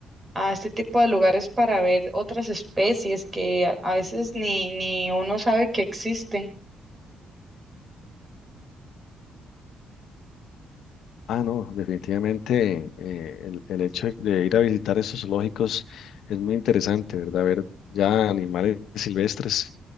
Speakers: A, on the right (about 25°); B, on the left (about 75°).
A: a este tipo de lugares para ver otras especies que a, a veces ni, ni uno sabe que existen.
B: Ah, no, definitivamente eh, el, el hecho de ir a visitar esos zoológicos es muy interesante, ¿verdad? Ver ya animales silvestres